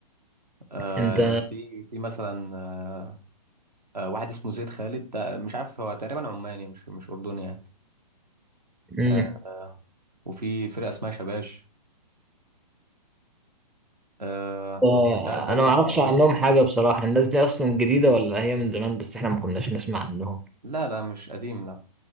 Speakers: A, on the right (about 85°); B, in the centre.
A: آه
B: انت
A: اللي في في مثلا آه آه واحد اسمه زيد خالد ده مش عارف هو تقريبا عماني مش مش أردني يعني
B: امم
A: آه، وفي فرقة اسمها شباش آه
B: آه،
A: ده ده اللي
B: انا ما
A: بسمعه
B: اعرفش
A: قريب
B: عنهم
A: يعني
B: حاجه بصراحه الناس دي اصلا جديده ولا هي من زمان بس احنا ما كناش نسمع عنهم
A: لا لا مش قديم لا